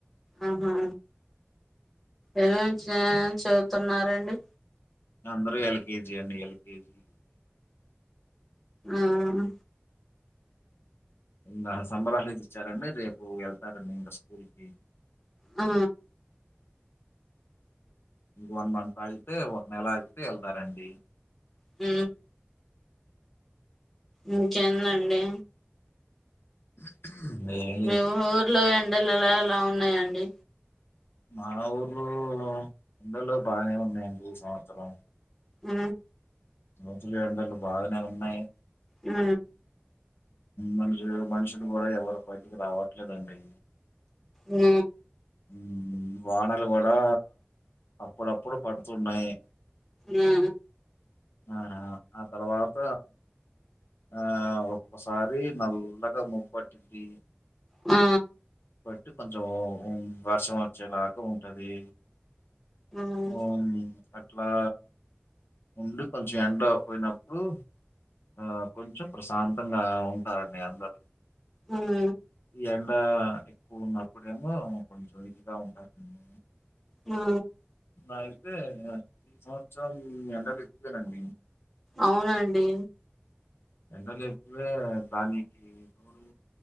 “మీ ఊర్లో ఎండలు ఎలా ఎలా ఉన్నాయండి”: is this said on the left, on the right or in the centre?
Centre